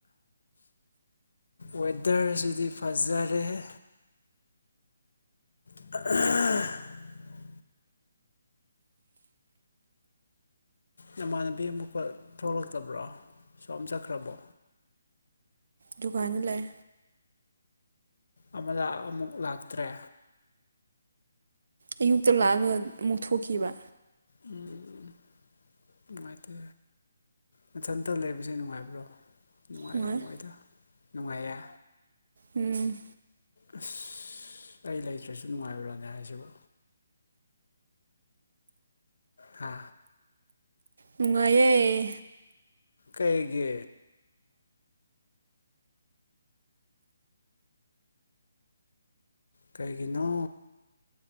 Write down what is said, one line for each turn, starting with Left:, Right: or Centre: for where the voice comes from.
Left: ꯋꯦꯗꯔꯁꯤꯗꯤ ꯐꯖꯔꯦꯍꯦ <unintelligible> ꯅꯃꯥꯟꯅꯕꯤ ꯑꯃꯨꯛꯀ ꯊꯣꯛꯂꯛꯇꯕ꯭ꯔꯣ ꯁꯣꯝ ꯆꯠꯈ꯭ꯔꯕꯣ
Right: ꯗꯨꯀꯥꯟꯗ ꯂꯩ
Left: ꯑꯃꯗ ꯑꯃꯨꯛ ꯂꯥꯛꯇ꯭ꯔꯦ
Right: ꯑꯌꯨꯛꯇ ꯂꯥꯛꯑꯒ ꯑꯃꯨꯛ ꯊꯣꯛꯈꯤꯕ
Left: ꯎꯝ ꯅꯨꯡꯉꯥꯏꯇꯦ ꯃꯊꯟꯇ ꯂꯩꯕꯁꯦ ꯅꯨꯡꯉꯥꯏꯕ꯭ꯔꯣ ꯅꯨꯡꯉꯥꯏꯔꯝꯃꯣꯏꯗ
Right: ꯅꯨꯉꯥꯏ
Left: ꯅꯨꯡꯉꯥꯏꯌꯦ
Right: ꯎꯝ
Left: ꯑꯁ ꯑꯩ ꯂꯩꯇ꯭ꯔꯁꯨ ꯅꯨꯡꯉꯥꯏꯕ꯭ꯔꯥꯅꯦ ꯍꯥꯏꯁꯤꯕꯣ ꯍꯥ
Right: ꯅꯨꯡꯉꯥꯏꯌꯦ
Left: ꯀꯩꯒꯤ ꯀꯩꯒꯤꯅꯣ